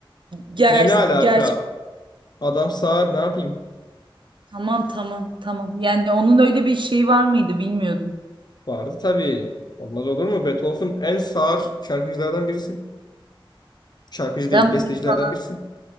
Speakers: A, on the right; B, on the left.
A: ger
B: Ne ne alaka? Adam sağır ne yapayım?
A: Tamam tamam tamam. Yani onun öyle bir şeyi var mıydı bilmiyordum.
B: Vardı tabii. Olmaz olur mu? Beethoven en sağır şarkıcılardan birisi. Şarkıcı
A: Tamam
B: değil, bestecilerden
A: hadi sana,
B: birisi.